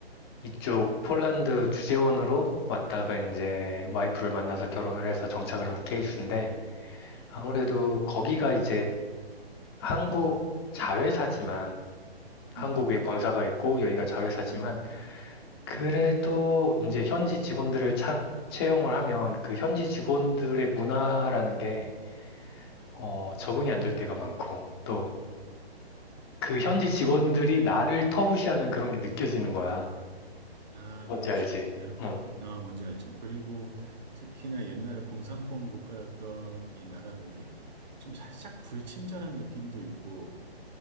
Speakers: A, on the left; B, on the right.
A: 이쪽 폴란드 주재원으로 왔다가 이제 와이프를 만나서
B: 음,
A: 결혼을 해서 정착을 한 케이스인데 아무래도 거기가 이제 한국 자회사지만 한국에
B: 음, 음,
A: 본사가 있고 여기가 자회사지만
B: 음.
A: 그래도
B: 음.
A: 이제 현지 직원들을 착 채용을 하면 그 현지 직원들의 문화라는 게 어, 적응이 안 될 때가 많고 또 그 현지 직원들이 나를 터부시하는 그런 게 느껴지는 거야.
B: 아,
A: 뭔지
B: 그렇지.
A: 알지?
B: 야,
A: 어,
B: 아, 뭔지 알지. 그리고 특히나 옛날에 공산권 국가였던 이 나라들이 좀 살짝 불친절한 느낌도 있고